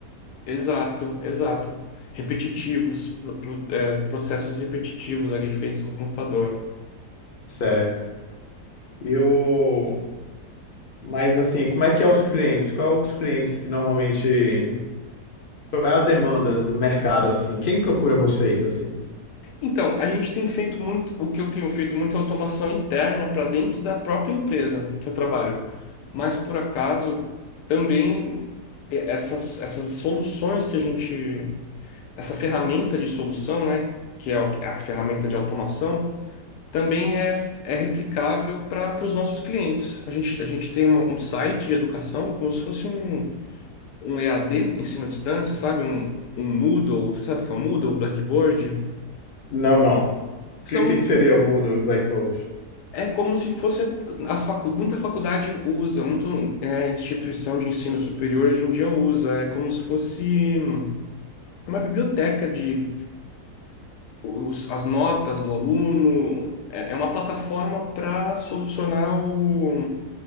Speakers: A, on the left; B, on the left.
A: Exato, exato. Repetitivos, pro- pro- é, processos repetitivos ali feitos no computador.
B: certo? E o mas assim, como é que é os clientes? Qual os clientes que normalmente qual é a demanda do mercado assim? Quem procura vocês assim?
A: Então, a gente tem feito muito, o que eu tenho feito muito é automação interna para dentro da própria empresa que eu trabalho. Mas por acaso, também é, essas, essas soluções que a gente, essa ferramenta de solução, né, que é o- a ferramenta de automação, também é, é replicável para os nossos clientes. A gente, a gente tem um um site de educação como se fosse um um EAD, ensino à distância, sabe? Um, um Moodle, você sabe o que é um Moodle, um Blackboard?
B: Não, não. O
A: São,
B: que, que seria o Moodle e o Blackboard?
A: é como se fosse, as facu, muita faculdade usa, muita é, instituição de ensino superior hoje em dia usa, é como se fosse uma biblioteca de os, as notas do aluno, é, é uma plataforma para solucionar o...